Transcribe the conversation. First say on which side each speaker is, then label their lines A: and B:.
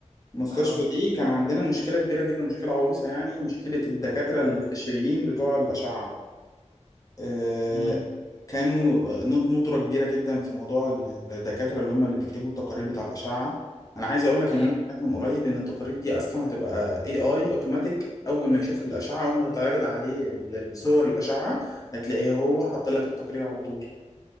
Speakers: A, on the left; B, on the left.
A: المستشفى
B: اه
A: دي كان عندنا مشكله كبيره جدا مشكله عويصه يعني مشكله الدكاتره
B: اه
A: الاستشاريين بتوع الاشعه آه،
B: امم
A: كانوا ند- ندره كبيره جدا في موضوع ال- الدكاتره اللي هم اللي بيكتبوا التقارير بتاع الاشعه انا عايز اقول لك
B: ايوه
A: ان انا سمعت من قريب ان التقارير دي اصلا هتبقى اي اي اوتوماتيك اول ما يشوف الاشعه اول ما تتعرض عليه ال- الصور الاشعه هتلاقيه هو حط لك التقرير على طول